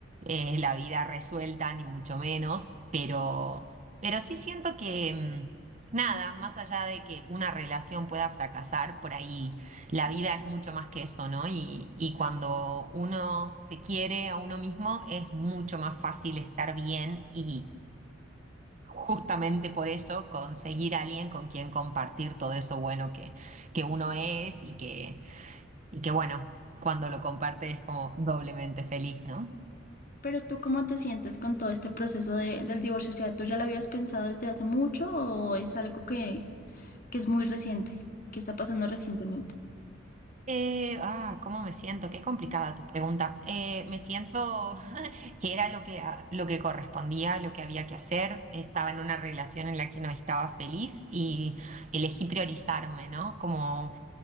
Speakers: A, on the right; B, on the left.
A: eh, la vida resuelta, ni mucho menos, pero, pero sí siento que mm, nada, más allá de que una relación pueda fracasar, por ahí la vida es mucho más que eso, ¿no? Y, y cuando uno se quiere a uno mismo es mucho más fácil estar bien y justamente por eso conseguir a alguien con quien compartir todo eso bueno que, que uno es y que, y que bueno, cuando lo comparte es como doblemente feliz, ¿no?
B: Pero tú, ¿cómo te sientes con todo este proceso de- del divorcio? O sea, ¿tú ya lo habías pensado desde hace mucho o es algo que, que es muy reciente, que está pasando recientemente?
A: Eh, ah, ¿cómo me siento? Qué complicada tu pregunta. Eh, me siento <laughs> que era lo que, a- lo que correspondía, lo que había que hacer. Estaba en una relación en la que no estaba feliz y elegí priorizarme, ¿no? Como